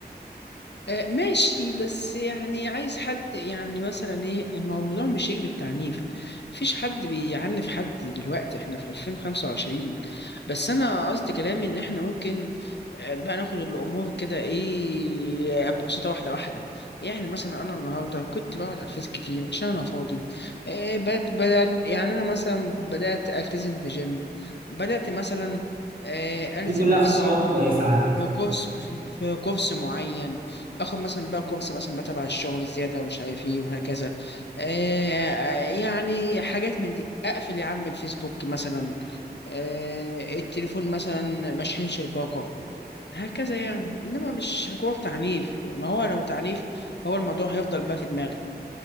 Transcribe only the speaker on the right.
دي كلها
خطوات كويسه على فكره